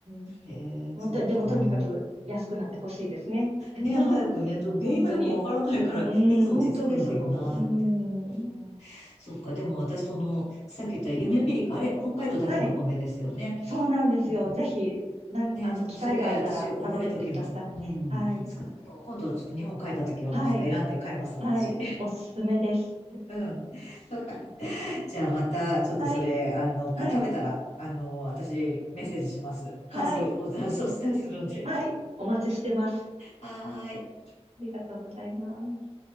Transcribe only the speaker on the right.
ん。
また、
でもとにかく安くなってほしいですね。<laughs>
本当に。うーん、
本当ですよ。うーん。
はい。そうなんですよ。
ぜひ、なん、
あの、
機会があったら食べてみてください。
はい。
はい。
はい。
おすすめです。
はい。
はい。
はい。
はい。お待ちしてます。
りがとうございます。